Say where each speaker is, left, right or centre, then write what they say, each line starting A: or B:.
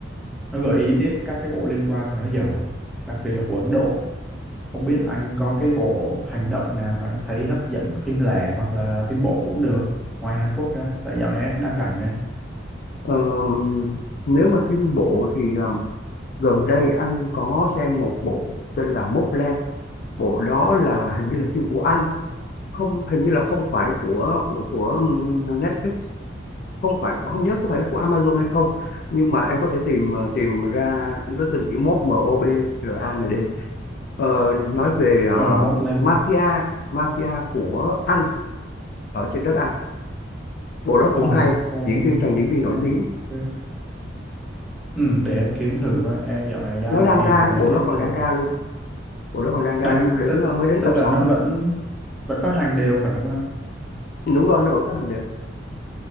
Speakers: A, in the centre; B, on the left (about 50°).
A: nó gợi ý tiếp các cái bộ liên quan mà nó dở, đặc biệt là của Ấn Độ. Không biết anh có cái bộ hành động nào mà anh thấy hấp dẫn phim lẻ hoặc là phim bộ cũng được ngoài Hàn Quốc ra tại dạo này em đang rảnh nè
B: Ờ, nếu mà phim bộ thì ờ, gần đây anh có xem một bộ tên là Mobland bộ đó là hình như là phim của anh không hình như là không phải của của của ừm, Netflix không phải không nhớ có phải là của Amazon hay không nhưng mà em có thể tìm ờ, tìm ra cái tên chữ mốt M O B L A N D Ờ, nói về ờ,
A: ờ mốt lên
B: mafia mafia của Anh ở trên đất Anh bộ đó
A: ồ
B: cũng hay
A: ồ
B: diễn viên toàn diễn viên
A: ok
B: nổi tiếng
A: ừ, để em kiếm thử coi em dạo này đang
B: nó đang
A: ghiền
B: ra nó
A: mấy
B: bộ
A: cái
B: đó còn
A: của
B: đang ra luôn bộ đó còn đang ra
A: đang
B: luôn đến
A: tức,
B: ờ, mới đến
A: tức
B: tập
A: là
B: 6
A: nó
B: thôi
A: vẫn vẫn phát hành đều phải không anh
B: đúng rồi nó vẫn phát hành được